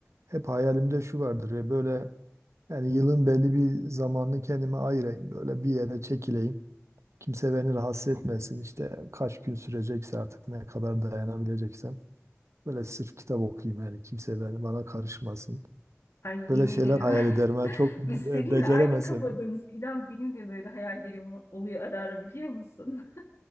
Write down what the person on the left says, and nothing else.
Ay
yemin
ederim.
<laughs>
Biz seninle
aynı kafadayız.
İnan benim de böyle hayallerim oluyor ara ara biliyor musun? <laughs>